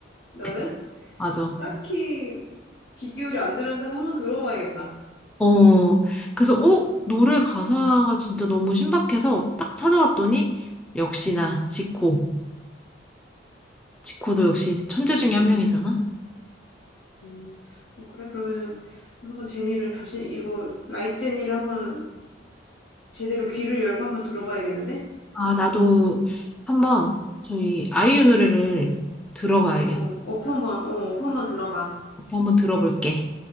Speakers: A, on the left; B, in the centre.
A: 나는
B: 그- 맞아.
A: 딱히 귀 기울이 안 들었는데 한번 들어봐야겠다.
B: 어, 그래서, 어, 노래 가사가 진짜 너무 신박해서 딱 찾아봤더니, 역시나 지코. 지코도 역시 천재
A: 음,
B: 중에 한 음. 명이잖아.
A: 음. 어, 그래? 그러면은 한번 제니를 다시 이거 라이크 제니를 한번 제대로 귀를 열고 한번 들어봐야겠는데?
B: 아, 나도 한번 저희 아이유 노래를 들어봐야겠어.
A: 어, 어프 한번, 어, 어프 한번 들어봐.
B: 한번 들어볼게.